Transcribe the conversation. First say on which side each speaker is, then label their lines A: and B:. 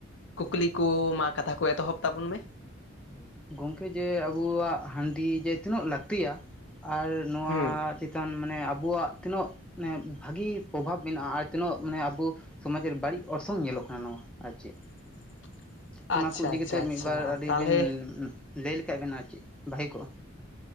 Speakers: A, on the left (about 60°); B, in the centre.
A: ᱠᱩᱠᱞᱤ ᱠᱚ ᱢᱟ ᱠᱟᱛᱷᱟ ᱠᱚ ᱮᱛᱚᱦᱚᱵ ᱛᱟᱵᱚᱱ ᱢᱮ ᱾
B: ᱦᱩᱸ ᱜᱚᱝᱠᱮ ᱡᱮ ᱟᱵᱩᱣᱟᱜ ᱦᱟᱺᱰᱤ ᱡᱮ ᱛᱤᱱᱟᱹᱜ ᱞᱟᱹᱠᱛᱤᱭᱟ ᱟᱨ ᱱᱚᱣᱟ
A: ᱦᱩᱸ
B: ᱪᱤ ᱛᱟᱱ ᱢᱟᱱᱮ ᱟᱵᱚᱣᱟᱜ ᱛᱤᱱᱟᱹᱜ ᱢᱟᱱᱮ ᱵᱷᱟᱹᱜᱤ ᱯᱨᱚᱵᱷᱟᱵ ᱢᱮᱱᱟᱜᱼᱟ ᱟᱨ ᱛᱤᱱᱟᱹᱜ ᱢᱟᱱᱮ ᱟᱵᱚ ᱥᱚᱢᱟᱡ ᱨᱮ ᱵᱟᱹᱲᱤᱡ ᱚᱨᱥᱚᱝ ᱧᱮᱞᱚᱜ ᱠᱟᱱᱟ ᱱᱚᱣᱟ ᱟᱨ ᱪᱮᱫ
A: <unintelligible>
B: ᱚᱱᱟ
A: ᱟᱪᱪᱷᱟ
B: ᱠᱚ ᱤᱫᱤ
A: ᱟᱪᱪᱷᱟ
B: ᱠᱟᱛᱮᱫ
A: ᱟᱪᱪᱷᱟ
B: ᱢᱤᱫ ᱵᱟᱨ ᱟᱹᱰᱤᱵᱤᱱ
A: ᱛᱟᱦᱚᱞᱮ
B: ᱞᱟᱹᱭ ᱞᱮᱠᱷᱟᱭ ᱵᱮᱱ ᱟᱨ ᱪᱮᱫ ᱵᱷᱟᱹᱜᱮ ᱠᱚᱜᱼᱟ